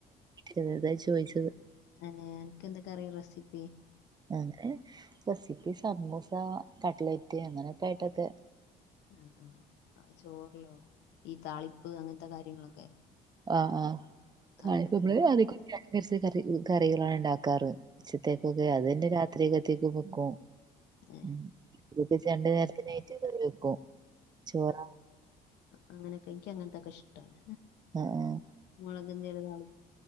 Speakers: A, on the right; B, on the left.
A: വെറുത ചോദിച്ചത്
B: അനെ എനക്ക് എന്തൊക്കെ അറിയാം റെസിപ്പി
A: അ റെസിപ്പി സമൂസ, കട്ലൈറ്റ് അങ്ങനൊക്കായിട്ടൊക്കെ
B: ആ ആ ചോറ്ലോ ഈ താളിപ്പ് അങ്ങൻത്തെ കാര്യങ്ങളൊക്കെ
A: ആ ആ താളിപ്പ്
B: അതെന്തൊക്കെ അറിയോ
A: മ്മളെ <unintelligible> അരച്ച കറി കറികളാണ്ണ്ടാക്ക കാറ് ഉച്ചത്തേകൊക്കെ അതന്നെ രാത്രിക്കത്തേകൊക്കെ വെക്കും
B: ഏ
A: ഉം രണ്ട് നേരത്തിനായ്റ്റ് കറി വെക്കും ചോറാ
B: അങ്ങനൊക്കെ ഇൻക്ക് അങ്ങനൊക്കെഷ്ടാണ്
A: ആഹ് ആഹ്
B: മൊളകെന്തേലൊ താളി